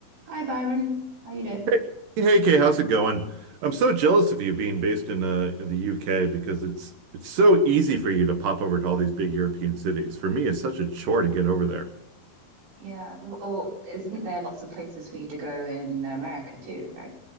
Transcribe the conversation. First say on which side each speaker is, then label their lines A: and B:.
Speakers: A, on the right; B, on the right.
A: Hi Byron, how you doing?
B: Hey hey, Kay, how's it going? I'm so jealous of you being based in uh in the UK because it's it's so easy for you to pop over to all these big European cities. For me, it's such a chore to get over there.
A: Yeah, or isn't there lots of places for you to go in America too, right?